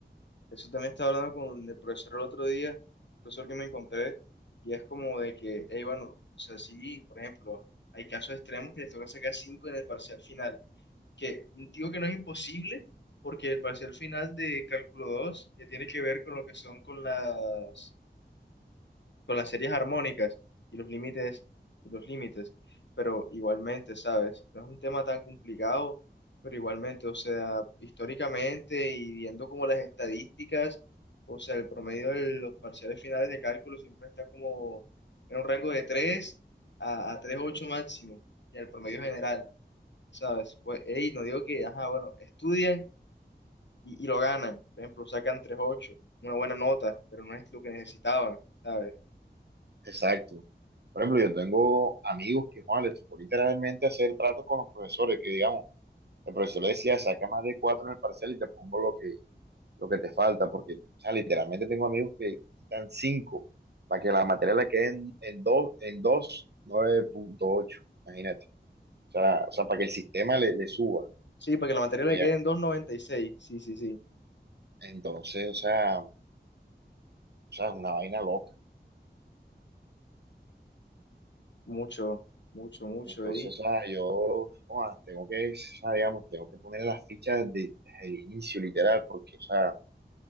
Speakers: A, on the left; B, on the right.
A: eso también estaba hablando con el profesor el otro día, el profesor que me encontré, y es como de que, hey, bueno, o sea, sí, por ejemplo, hay casos extremos que les toca sacar cinco en el parcial final, que digo que no es imposible, porque el parcial final de cálculo 2 ya tiene que ver con lo que son con las con las series armónicas y los límites y los límites, pero igualmente, ¿sabes? No es un tema tan complicado, pero igualmente, o sea, históricamente y viendo como las estadísticas, o sea, el promedio de los parciales finales de cálculo siempre está como en un rango de 3 a, a tres coma ocho máximo y el promedio general, ¿sabes? Pues, hey, no digo que, ajá, bueno, estudian y, y lo ganan, por ejemplo, sacan tres coma ocho una buena nota, pero no es lo que necesitaban. ¿sabes?
B: exacto. Por ejemplo, yo tengo amigos que, joder, les tocó literalmente hacer tratos con los profesores, que digamos, el profesor le decía, saca más de cuatro en el parcial y te pongo lo que, lo que te falta, porque o sea, literalmente tengo amigos que quitan 5 para que la materia le quede en, en, do- en dos, nueve punto ocho, imagínate. O sea, o sea, para que el sistema le, le suba.
A: Sí, para que la materia
B: allá.
A: le quede en dos coma noventa y seis Sí, sí, sí.
B: Entonces, o sea, o sea, es una vaina loca.
A: Mucho, mucho, mucho,
B: Entonces,
A: ¿eh?
B: o sea, yo joda, tengo que, o sea, digamos, tengo que poner las fichas de- desde el inicio, literal, porque, o sea,